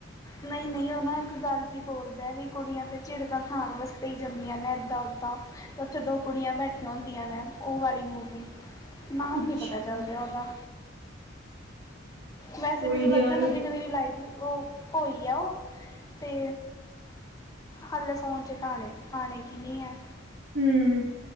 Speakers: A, on the left; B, on the right.
A: ਨਹੀਂ ਨਹੀਂ ਉਹ ਨਾ ਇੱਕ ਗੱਲ ਜੀ ਬੋਲਦਾ ਐ ਵਈ ਕੁੜੀਆਂ ਤਾਂ ਝਿੜਕਾਂ ਖਾਣ ਵਸਤੇ ਈ ਜੰਮੀਆਂ ਨੇ ਇੱਦਾਂ ਉੱਦਾਂ ਉੱਥੇ ਦੋ ਕੁੜੀਆਂ ਬੈਠੀਆਂ ਹੁੰਦੀਆਂ ਨੇ ਉਹ ਵਾਲੀ ਮੂਵੀ ਨਾਮ
B: ਅੱਛਾ
A: ਨਹੀਂ ਪਤਾ ਚੱਲ ਰਿਹਾ ੳਹਦਾ ਵੈਸੇ
B: ਕੋਈ
A: ਮੈਨੂੰ
B: ਨੀ
A: ਲੱਗਦਾ
B: ਯਾਰ
A: ਨਵੀਂ ਨਵੀਂ ਰਿਲਾਈਜ਼ ਉਹ ਹੋਈ ਆ ਉਹ ਤੇ ਹਾਲੇ ਫੋਨ ਚ ਣੇ ਆਣੇ ਕਿ ਨਹੀਂ ਹੈ।
B: ਹਮ